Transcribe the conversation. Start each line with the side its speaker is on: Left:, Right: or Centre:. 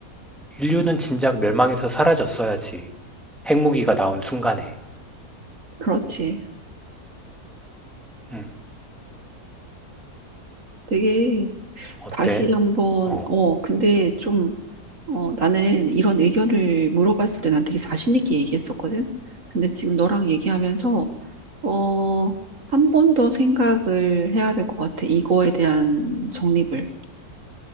Centre: 인류는 진작 멸망해서 사라졌어야지. 핵무기가 나온 순간에.
Right: 그렇지.
Centre: 응,
Right: 되게
Centre: 어때?
Right: 다시 한번,
Centre: 어,
Right: 어, 근데 좀, 어, 나는 이런 의견을 물어봤을 때 난 되게 자신 있게 얘기했었거든. 근데 지금 너랑 얘기하면서, 어, 한 번 더 생각을 해야 될 것 같아. 이거에 대한 정립을.